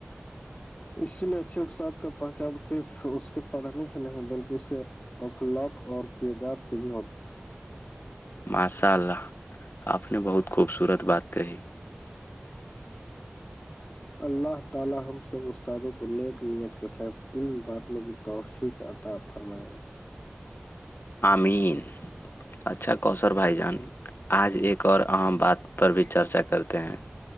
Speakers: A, on the left; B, on the left.
A: اس لیے اچھے استاد کا پہچان صرف اس کے پڑھنے سے نہیں بلکہ اس کے اخلاق اور کردار سے بھی
B: ماشاء اللہ آپ نے بہت خوبصورت بات کہی
A: اللہ تعالی ہم سے مستانے پہ نیک نیت کے ساتھ توفیق عطا فرمائے
B: امین اچھا کوثر بھائی آج ایک اور اہم بات پر بھی چرچا کرتے ہیں